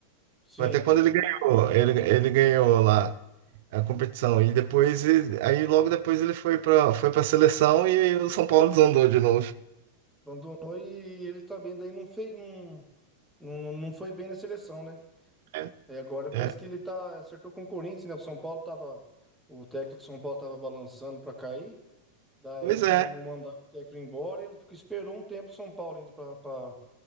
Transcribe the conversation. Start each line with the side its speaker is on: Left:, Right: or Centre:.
Centre: sim,
Right: Foi Até quando ele ganhou. Ele, ele ganhou lá a competição. E depois, ele- aí logo depois ele foi pra, foi pra seleção e o São Paulo desandou de novo.
Centre: abandonou e ele também daí não fez, não, não, não não foi bem na seleção, né?
Right: É,
Centre: Aí agora parece
Right: é.
Centre: que ele tá acertou com o Corinthians, né? O São Paulo tava o técnico do São Paulo tava balançando pra cair. Daí
Right: Pois é,
Centre: não, não mandaram o técnico embora, ele ficou, esperou um tempo o São Paulo indo pra, pra,